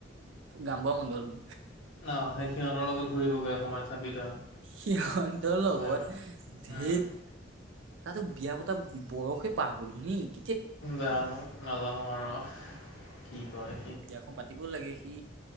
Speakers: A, on the right (about 70°); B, on the left (about 85°).
A: গাম্বোৱা মণ্ডল
B: অ', সেই সিহঁতৰ লগত ঘূৰিবগৈ সময়ত চাবি তই
A: সিহতৰ লগত
B: হয় নে নহয়
A: ধেত
B: উম,
A: তাতো বিয়া পতা বয়সে পা হল এ
B: জানো নাজানো আৰু কি কৰে
A: সি বিয়াখন পাতিব লাগে সি